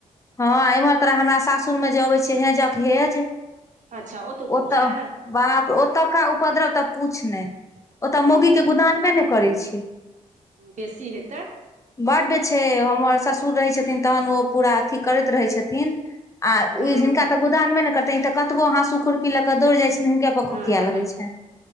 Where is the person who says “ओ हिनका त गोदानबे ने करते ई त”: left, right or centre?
Left